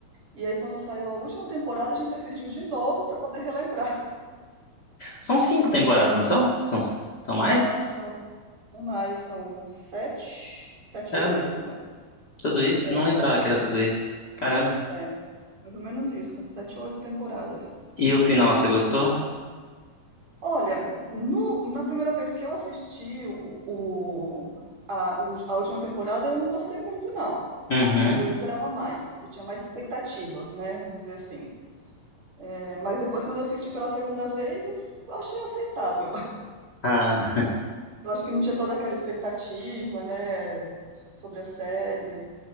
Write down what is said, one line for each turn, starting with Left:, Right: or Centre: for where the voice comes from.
Right: E aí, quando saiu a última temporada, a gente assistiu de novo para poder relembrar.
Left: São cinco temporadas, não são? São, são mais?
Right: Não, são, são mais, são sete, sete
Left: Caramba,
Right: ou oito.
Left: tudo isso?
Right: É,
Left: Não lembrava que era tudo isso. Caramba.
Right: é, mais ou menos isso, são sete ou oito temporadas.
Left: E o final, você gostou?
Right: Olha, no- na primeira vez que eu assisti o, o- a, o- a última temporada, eu não gostei muito, não.
Left: Uhum.
Right: Né? Eu esperava mais, eu tinha mais expectativas, né? Vamos dizer assim. É, mas depois, quando eu assisti pela segunda vez, eu achei aceitável.
Left: Ah,
Right: Eu acho que não tinha toda aquela expectativa, né, s- sobre a série.